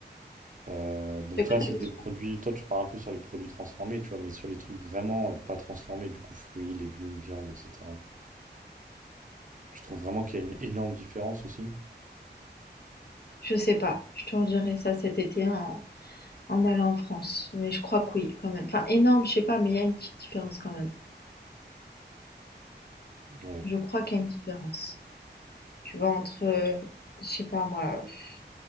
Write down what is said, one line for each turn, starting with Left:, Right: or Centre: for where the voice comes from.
Right: Euh, donc
Left: C'est quoi
Right: là, c'est
Left: ta question?
Right: des produits, toi, tu parles un peu sur les produits transformés, tu vois, mais sur les trucs vraiment euh, pas transformés, du coup, fruits, légumes, viande, etc. Je trouve vraiment qu'il y a une énorme différence aussi.
Left: Je sais pas, je te redirai ça cet été en en allant en France, mais je crois que oui, quand même. Enfin énorme, je sais pas, mais il y a une petite différence quand même.
Right: Ouais,
Left: Je crois qu'il y a une différence. Tu vois, entre, heu, je sais pas moi, pff,